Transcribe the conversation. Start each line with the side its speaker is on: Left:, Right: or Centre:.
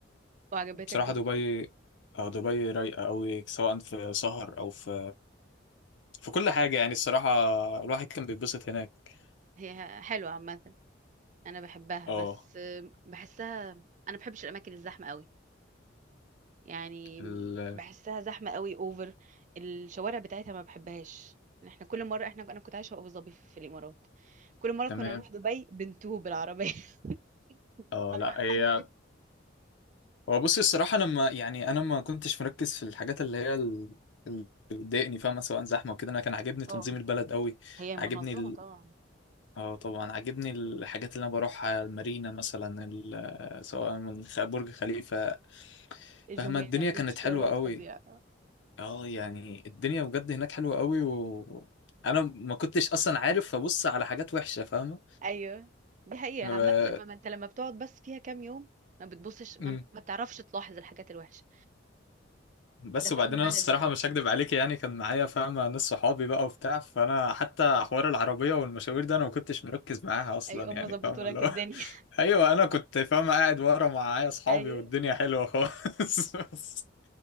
Right: وعجبتك
Left: بصراحة
Right: دبي
Left: دبي آه، دبي رايقة أوي سواء في سهر أو في في كل حاجة يعني الصراحة الواحد كان بيتبسط هناك
Right: هي حلوة عامة أنا بحبها
Left: اه
Right: بس بحسها أنا بحبش الأماكن الزحمة قوي يعني
Left: ال...
Right: بحسها زحمة قوي اوفر الشوارع بتاعتها ما بحبهاش احنا كل مرة احنا انا كنت عايشة في ابو ظبي في في الامارات كل مرة
Left: تمام
Right: كنا نروح دبي بنتوه بالعربية <laughs>
Left: اه
Right: بمعنى
Left: لا
Right: حرفي
Left: هي هو بصي الصراحة أنا ما يعني أنا ما كنتش مركز في الحاجات اللي هي ال- اللي بتضايقني فاهمة سواء زحمة وكده أنا كان عاجبني تنظيم
Right: اه
Left: البلد أوي
Right: هي منظمة
Left: عاجبني ال...
Right: طبعا
Left: اه طبعا عاجبني الحاجات اللي أنا بروحها المارينا مثلا ال... سواء من خ- برج خليفة
Right: جميرة
Left: فاهمة الدنيا
Right: بيتش
Left: كانت حلوة
Right: دوت
Left: أوي
Right: فظيع
Left: اه يعني الدنيا بجد هناك حلوة قوي و انا ما كنتش اصلا عارف فبص على حاجات وحشة فاهمة
Right: ايوه دي حقيقة
Left: و-
Right: عامة لما ما انت لما بتقعد بس فيها كام يوم ما بتبصش ما,
Left: مم.
Right: ما بتعرفش تلاحظ الحاجات الوحشة
Left: بس
Right: ده في
Left: وبعدين
Right: اي بلد
Left: انا الصراحة
Right: بتروح
Left: مش هكدب عليك يعني كان معايا فاهمة ناس صحابي بقى وبتاع فانا حتى حوار العربية والمشاوير ده انا ما كنتش مركز معاها اصلا
Right: اي ام
Left: يعني
Right: ظبطوا
Left: فاهمة
Right: لك
Left: اللي هو
Right: الدنيا
Left: <laughs> ايوه انا كنت فاهمة قاعد ورا معايا اصحابي
Right: <laughs> ايوه
Left: والدنيا حلوة خالص <laughs> بس